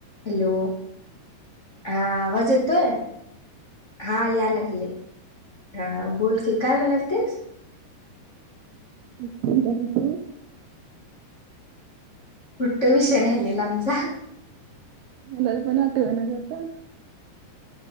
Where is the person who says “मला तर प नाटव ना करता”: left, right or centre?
Right